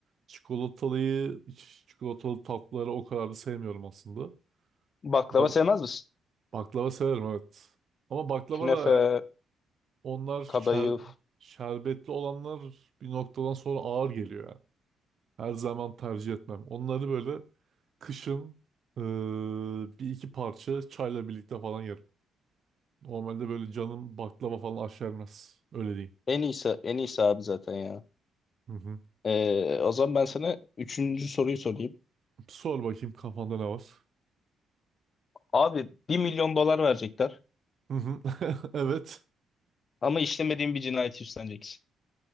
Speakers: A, on the right; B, on the left.
A: Çikolatalıyı, çikolatalı tatlıları o kadar da sevmiyorum aslında.
B: Baklava
A: Ya,
B: sevmez misin?
A: baklava severim evet. Ama baklava
B: Künefe,
A: da Onlar şer,
B: kadayıf.
A: şerbetli olanlar bir noktadan sonra ağır geliyor yani. Her zaman tercih etmem. Onları böyle kışın eee, bir iki parça çayla birlikte falan yerim. Normalde böyle canım baklava falan aşermez. Öyle diyeyim.
B: En iyisi, en iyisi abi zaten ya.
A: Hı hı.
B: E, o zaman ben sana üçüncü soruyu sorayım.
A: Sor bakayım kafanda ne var?
B: Abi bir milyon dolar verecekler.
A: Hı hı. <laughs> Evet.
B: Ama işlemediğin bir cinayet üstleneceksin.